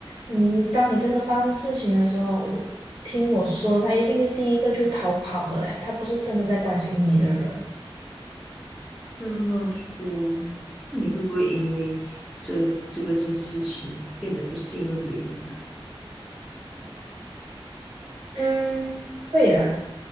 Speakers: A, on the right; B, in the centre.
A: 嗯，当你真的发生事情的时候，我听我说，他一定是第一个就逃跑的嘞，他不是真的在关心你的人。
B: 这么说，那你会不会因为这这个件事情变得不信任别人呢、
A: 嗯，会啦，